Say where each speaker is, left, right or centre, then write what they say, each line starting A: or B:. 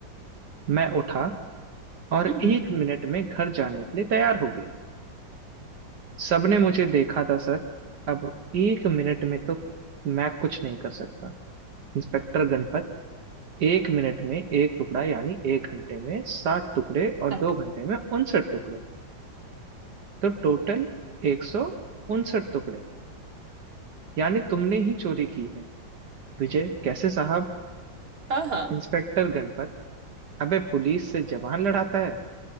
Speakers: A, on the right; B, on the right.
A: मैं उठा और
B: हम्म
A: एक मिनट में घर जाने के लिए तैयार हो गया सबने मुझे देखा था सर अब एक मिनट में तो मैं कुछ नहीं कर सकता इंस्पेक्टर गणपत एक मिनट में एक टुकड़ा यानी एक घंटे में सात टुकड़े और
B: काटो
A: दो घंटे में उनसठ टुकड़े तो टोटल एक सौ उनसठ टुकड़े यानी तुमने ही चोरी की है विजय कैसे साहब
B: आहा
A: इंस्पेक्टर गणपत अबे पुलिस से जबान लड़ाता है